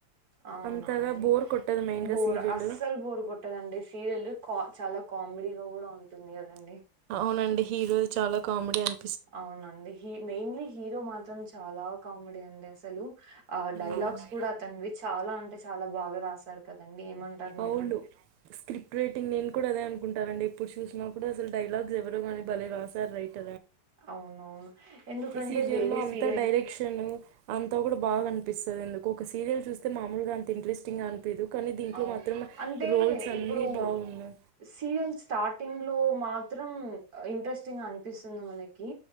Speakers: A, on the right (about 45°); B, on the right (about 85°).
A: అవునండి
B: అంతగా బోర్ కొట్టదు మెయిన్గా
A: బోర్
B: సీరియల్
A: అస్సలు బోర్ కొట్టదండి సిరియల్ కా చాలా కామెడీగా కూడా ఉంటుంది కదండి
B: అవునండి హీరోది చాలా కామెడీ అండి
A: అవునండి హీ మెయిన్లీ హీరో మాత్రం చాలా కామెడీ అండి అసలు ఆ డైలాగ్స్
B: అవునండి
A: కూడా అతనివి చాలా అంటే చాలా బాగా రాసారు కదండి ఏమంటారు మీరు
B: అవును స్క్రిప్ట్ రైటింగ్ నేను కూడా అదే అనుకుంటానండి ఎప్పుడు చూసినా కూడా అసలు డైలాగ్స్ ఎవరో కానీ భలే రాశారు రైట్
A: అవునవును ఎందుకంటే
B: ఈ సీరియల్
A: వేరే
B: లో అంత
A: సీరియల్
B: డైరెక్షన్ అంత కూడా బాగా అనిపిస్తది ఎందుకో ఒక సీరియల్ చూస్తే మామూలుగా అంత ఇంట్రెస్టింగ్గా అని ఏదో కానీ దీంట్లో
A: అవును
B: మాత్రం
A: అంటే
B: రోల్స్ అన్ని
A: ఇప్పుడు
B: బాగున్నాయ్
A: సీరియల్ స్టార్టింగ్లో మాత్రం ఇంట్రెస్టింగ్ గా అనిపిస్తుంది మనకి